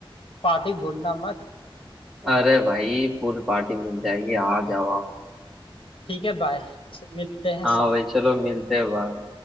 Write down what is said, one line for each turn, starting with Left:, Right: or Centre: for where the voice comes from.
Left: पार्टी भूलना मत
Centre: अरे भाई फुल पार्टी मिल जाएगी आ जाओ आप
Left: ठीक है बाय मिलते हैं
Centre: हाँ
Left: शाम
Centre: भाई चलो मिलते हैं बाहर